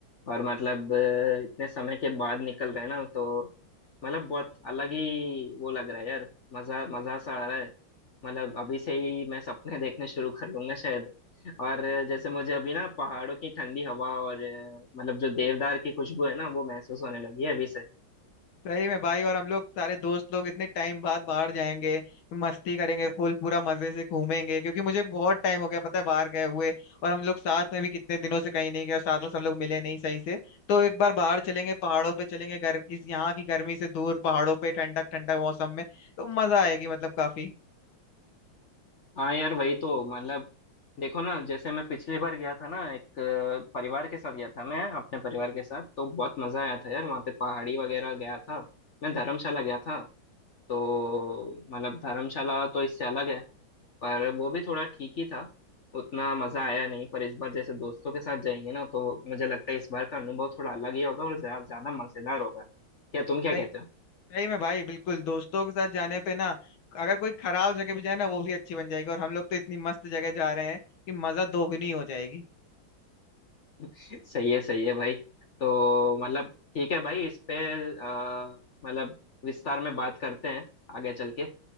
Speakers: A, on the left (about 50°); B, on the left (about 75°).
A: और मतलब अ, इतने समय के बाद निकल रहे हैं ना तो मतलब बहुत अलग ही वो लग रहा है यार मजा मजा सा आ रहा है मतलब अभी से ही मैं सपने देखने शुरू कर लूंगा शायद और अ, जैसे मुझे अभी ना पहाड़ों की ठंडी हवा और अ, मतलब जो देवदार की खुशबू है ना वो महसूस होने लगी है अभी से
B: सही में भाई और हम लोग सारे दोस्त लोग इतने टाइम बाद बाहर जाएंगे मस्ती करेंगे फुल पूरा मजे से घूमेंगे क्योंकि मुझे बहुत टाइम हो गया पता है बाहर गए हुए और हम लोग साथ में भी कितने दिनों से कहीं नहीं गए और साथ में सब लोग मिले नहीं सही से तो एक बार बाहर चलेंगे पहाड़ों पे चलेंगे गर, इस यहाँ की गर्मी से दूर पहाड़ों पे ठंडक ठंडक मौसम में तो मजा आएगी मतलब काफी
A: हाँ यार वही तो मतलब देखो ना जैसे मैं पिछली बार गया था ना एक अ, परिवार के साथ गया था मैं अपने परिवार के साथ तो बहुत मजा आया था यार वहाँ पे पहाड़ी वगैरह गया था मैं धर्मशाला गया था तो मतलब धर्मशाला तो इससे अलग है पर वो भी थोड़ा ठीक ही था उतना मजा आया नहीं पर इस बार जैसे दोस्तों के साथ जाएंगे ना तो मुझे लगता है इस बार का अनुभव थोड़ा अलग ही होगा और ज्या- ज्यादा मजेदार होगा क्या तुम क्या
B: सही
A: कहते हो
B: सही में भाई बिल्कुल दोस्तों के साथ जाने पे ना अगर कोई खराब जगह भी जाए ना वो भी अच्छी बन जाएगी और हम लोग तो इतनी मस्त जगह जा रहे हैं कि मजा दोगुनी हो जाएगी
A: सही है सही है भाई तो मतलब ठीक है भाई इस पे अ, मतलब विस्तार में बात करते हैं आगे चल के